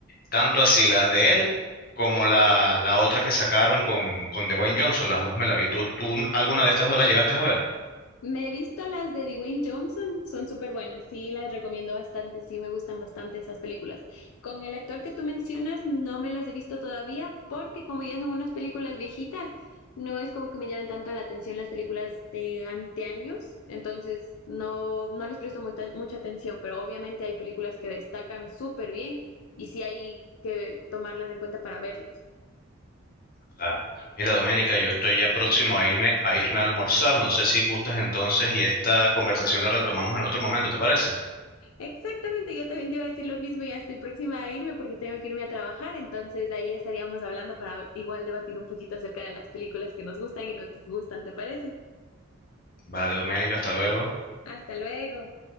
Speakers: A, on the left; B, on the left.
A: tanto así las de él como la, la otra que sacaron con, con Dwayne Johnson, las dos me la vi. ¿Tú, tú alguna de estas dos la llegaste a ver?
B: Me he visto las de Dwayne Johnson, son súper buenas, sí, las recomiendo bastante, sí, me gustan bastante esas películas. Con el actor que tú mencionas, no me las he visto todavía porque como ya son unas películas viejitas, no es como que me llamen tanto la atención las películas de anteaños, entonces no, no les presto mucha, mucha atención, pero obviamente hay películas que destacan súper bien y sí hay que tomarlas en cuenta para verlas.
A: Claro. Mira, Doménica, yo estoy ya próximo a irme, a irme a almorzar, no sé si gustas entonces y esta conversación la retomamos en otro momento, ¿te parece?
B: Exactamente, yo también te iba a decir lo mismo, ya estoy próxima a irme porque tengo que irme a trabajar, entonces ahí estaríamos hablando para igual debatir un poquito acerca de las películas que nos gustan y nos disgustan, ¿te parece?
A: Vale, Doménica, hasta luego.
B: Hasta luego.